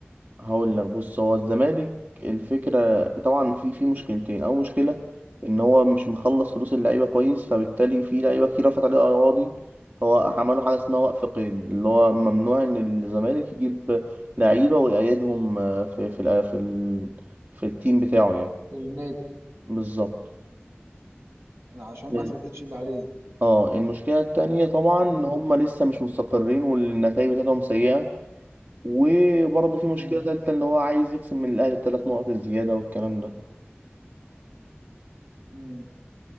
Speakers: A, on the right; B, on the right.
A: هقول لك بص هو الزمالك الفكرة طبعا في في مشكلتين أول مشكلة إن هو مش مخلص فلوس اللعيبة كويس فبالتالي في لعيبة كتير رفعت عليه قواضي فهو عملوا حاجة اسمها وقف قيد اللي هو ممنوع إن الزمالك يجيب لعيبة ويقيدهم آه، في في الأ- في ال... في التيم بتاعه يعني
B: النادي
A: بالظبط
B: عشان
A: مم.
B: ما سددش اللي عليه
A: اه المشكلة التانية طبعا
B: مم.
A: إن هما لسه مش مستقرين والنتائج بتاعتهم سيئة وبرضه في مشكلة
B: مم.
A: تالتة اللي هو عايز يخصم من الأهلي التلات نقط الزيادة والكلام ده
B: مم.